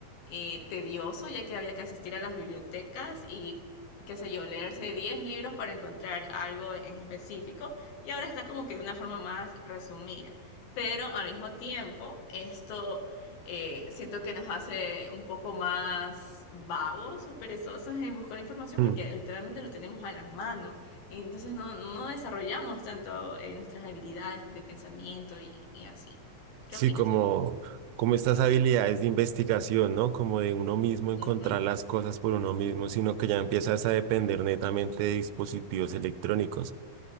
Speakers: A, on the left; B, on the right.
A: eh, tedioso, ya que había que asistir a las bibliotecas y, qué sé yo, leerse 10 libros para encontrar algo en específico, y ahora está como que de una forma más resumida. Pero al mismo tiempo, esto eh, siento que nos hace un poco más vagos o perezosos en buscar información
B: Mm.
A: porque literalmente lo tenemos a la mano y entonces no, no desarrollamos tanto eh, nuestras habilidades de pensamiento y, y así. ¿Qué
B: Sí,
A: opinas
B: como,
A: tú?
B: como estas habilidades de investigación, ¿no? Como de uno mismo encontrar
A: Ujú,
B: las cosas por uno mismo, sino que ya empiezas a depender netamente de dispositivos electrónicos.